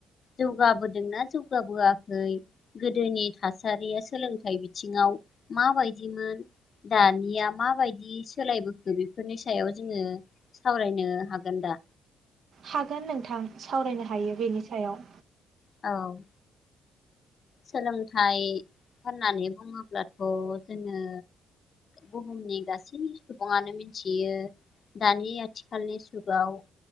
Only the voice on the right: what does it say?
हागोन नोंथां। सावरायनो हायो बेनि सायाव।